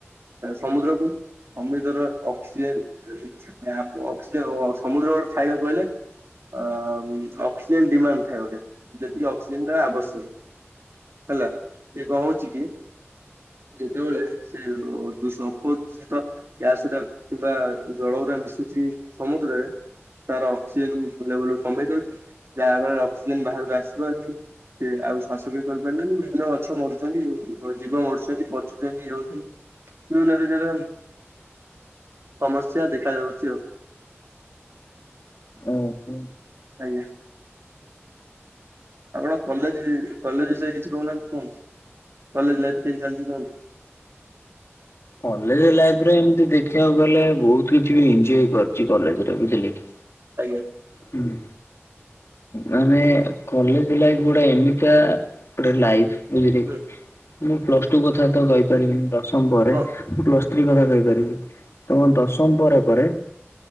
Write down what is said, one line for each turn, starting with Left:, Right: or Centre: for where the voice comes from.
Right: ସମୁଦ୍ରକୁ ସମୁଦ୍ରର ଅକ୍ସିଜେନ୍। <unintelligible> ଆପ ସମୁଦ୍ର ଗୋଟେ <unintelligible> କହିଲେ ଅ ଅକ୍ସିଜେନ ଡିମାଣ୍ଡ ଥାଏ ଗୋଟେ ଯେତିକି ଅକ୍ସିଜେନ ଆବଶ୍ୟକ। ହେଲା ସେ କଣ ହଉଛି କି ଯେତେବେଳେ ସେ ଅପଦୂଷିତ ଗ୍ୟାସ କିମ୍ବା ଜଳଉରା ଆସୁଛି ସମୁଦ୍ରରେ ତାର ଅକ୍ସିଜେନ ଲେବୁଲ୍ କମ ହେଇଯାଉଛି ଯାହା ଫଳରେ ଅକ୍ସିଜେନ ବାହାରକୁ ଆସି ପାରୁନି ସେ ଆଉ ଶ୍ୱାସକ୍ରିୟା କରିପାରୁନି ବିଭିନ୍ନ ଗଛ ମରୁଛନ୍ତି ଜୀବ ମରୁଛନ୍ତି ପଚୁଛନ୍ତି ଇଏ ହଉଛନ୍ତି ବିଭିନ୍ନ ପ୍ରକାର ସମସ୍ୟା ଦେଖାଯାଉଛି। ଛି ଆଉ।
Left: ଓହୋ।
Right: ଆଜ୍ଞା। ଆପଣ କଲେଜ କଲେଜ ବିଷୟରେ କିଛି କହୁନାହାନ୍ତି କୁହନ୍ତୁ। କଲେଜ ଲାଇଫ କେମତି ଚାଲିଛି କୁହନ୍ତୁ।
Left: କଲେଜ ଲାଇଫରେ ଏମିତି ଦେଖିବାକୁ ଗଲେ ବହୁତ କିଛି ଏଞ୍ଜଅ କରିଛି କଲେଜରେ ବୁଝିଲେକି।
Right: ଆଜ୍ଞା
Left: ହୁଁ। ମାନେ କଲେଜ ଲାଇଫ୍ ଗୁଡା ଏମିତିଆ ଗୋଟେ ଲାଇଫ। ବୁଝିଲେ
Right: ହୁଁ
Left: କି ମୁଁ ପ୍ଲସ ଟୁ କଥା ତ କହି ପଢ଼ିବିନି ଦଶମ। <unintelligible> ଥ୍ରୀ
Right: ହଁ
Left: କଥା କହିପାରିବି। ତମ ଦଶମ ପରେ ପରେ।